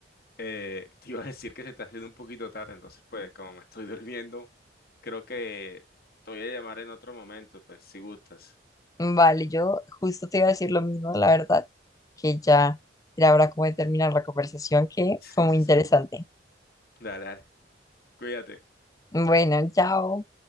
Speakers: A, on the left; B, on the left.
A: eh, <laughs> te iba a decir que se está haciendo un poquito tarde, entonces pues como me estoy <laughs> durmiendo, creo que te voy a llamar en otro momento, pues si gustas.
B: Vale, yo justo te iba a decir lo mismo, la verdad, que ya era hora como de terminar la conversación, que
A: Sí,
B: fue muy interesante.
A: sí. Dale, dale. Cuídate.
B: Bueno, chao.